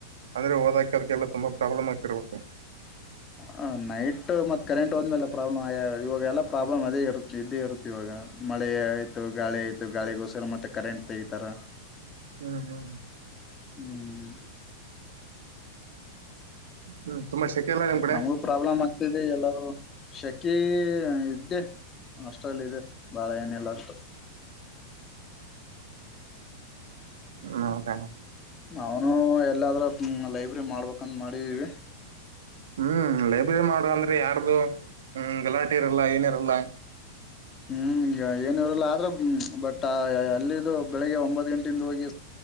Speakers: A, on the right; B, on the left.
A: ಅಂದ್ರೆ ಓದಾಕದಕ್ಕೆಲ್ಲ ತುಂಬಾ ಪ್ರಾಬ್ಲಮ್ ಆಗ್ತಿರ್ಬೇಕು
B: ಹ ನೈಟ್ ಮತ್ ಕರೆಂಟ್ ಹೋ್ಮೇಲೆ ಪ್ರಾಬ್ಲಮ್ ಇವಾಗೆಲ್ಲಾ ಪ್ರಾಬ್ಲಮ್ ಅದೇ ಇರುತ್ತ ಇದೇ ಇರುತ್ತ ಇವಾಗ ಮಳೆ ಆಯ್ತು ಗಾಳಿ ಆಯ್ತು ಗಾಳಿಗೋಸ್ಕರ ಮತ್ತೆ ಕರೆಂಟ್ ತೆಗತರ
A: ಹ್ಮ್ ಹ್ಮ್
B: ಹ್ಮ್
A: ಹ್ಮ್ ತುಂಬಾ ಶೆಕೆ ಇಲ್ಲ ನಿಮ್ ಕಡೆ
B: ನಮಗೆ ಪ್ರಾಬ್ಲ್ ಎಲ್ಲೂ ಶೆಕಿ ಇದ್ದೆ ಅಷ್ಟ್ರಲ್ಲ ಇದೆ ಬಾಳ ಏನೆಲ್ಲ ಅಷ್ಟು <inaudible>
A: ಹ್ಮದ
B: ನಾವನು ಎಲ್ಲಾದ್ರೂ ಲೈಬ್ರರಿ ಮಾಡ್ಬೇಕಂದ ಮಾಡಿದೀವಿ
A: ಹ್ಮ್ ಲೈಬ್ರರಿ ಮಾಡುವ ಅಂದ್ರೆ ಯಾರ್ದು ಹ್ಮ ಗಲಾಟೆ ಇರಲ್ಲ ಏನಿರಲ್ಲ
B: ಹ್ಮ್ ಈಗ ಏನ ಇವ್ರಲ್ಲ ಆದ್ರ ಹ್ಮ್ ಬಟ್ ಆ ಅಲ್ಲಿಿದ್ದು ಬೆಳಿಗ್ಗೆ ಒಂಬತ್ ಗಂಟೆಯಿಂದ ಹೋಗಿ